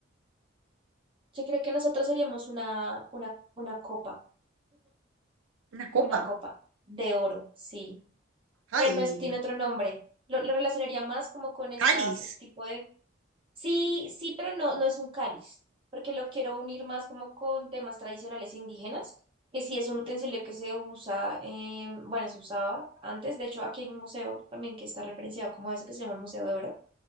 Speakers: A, on the right (about 25°); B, on the right (about 80°).
A: Yo creo que nosotros seríamos una, una, una copa,
B: ¿Una copa?
A: una copa de oro, sí,
B: ¡Ay!
A: pero no es, tiene otro nombre. Lo, lo relacionaría más como con estas,
B: ¡Cáliz!
A: este tipo de Sí, sí, pero no, no es un cáliz, porque lo quiero unir más como con temas tradicionales indígenas, que sí es un utensilio que se usa, eh, bueno, se usaba antes, de hecho aquí hay un museo también que está referenciado como eso que se llama el Museo de Oro,